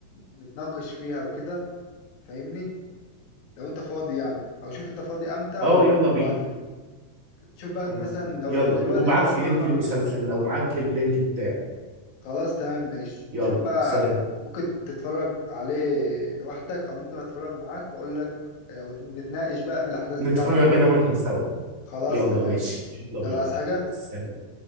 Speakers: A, on the left; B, on the right.
A: نتناقش فيها وكده فاهمني لو انت فاضي يعني او شوف انت فاضي امتى
B: اه
A: واب-
B: يلا
A: وابعت
B: بينا
A: لي شوف بقى مثلا
B: آه.
A: لو
B: يلا
A: لو دلوقتي
B: وابعت
A: خلاص
B: لي
A: تمام
B: لينك
A: ما
B: المسلسل
A: عنديش مشكلة
B: لو معاك اللينك بتاعه
A: خلاص تمام ماشي
B: يلا
A: شوف بقى
B: سلام
A: ممكن تتفرج عليه لوحدك او ممكن اتفرج معاك واقول لك آه، ونتناقش بقى في الاحداث
B: نتفرج
A: بتاعته وكده
B: انا وانت سوا
A: خلاص
B: يلا
A: تمام
B: ماشي
A: ماشي
B: يلا بينا
A: يلا عايز حاجة
B: سلام.